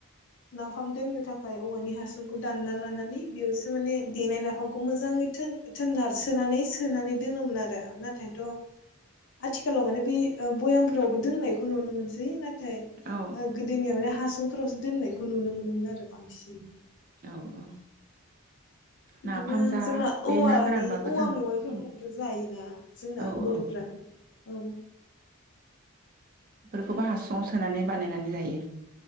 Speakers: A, on the left; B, on the right.
A: नाफाम दोननो थाखाय औवानि हासुंखौ दानना लानानै बेयावसो माने देनाय नाफामखौ मोजाङै थोन थोन नारसोनानै सोनानै दोनोमोन आरो नाथायथ आथिखालाव माने बै बयामफ्रावबो दोननायखौ नुनो मोनसै नाथ थाय
B: औ
A: ओ गोदोनिया माने हा सुंफोरावसो दोननाय खौ नुनो मोनोमोन आरो बांसिन
B: औ औ
A: बिदिनो
B: नाफाम जा
A: जोंना
B: बे
A: औवानि
B: ना गोरानबाबो
A: औवा
B: जों
A: मेवाइफोरखौबोथ
B: औ
A: जायोना जोंना
B: औ
A: बरफ्रा
B: औ
A: औ
B: बेफोरखौबो हासु सुंआव सोनानै बानायनानै जायो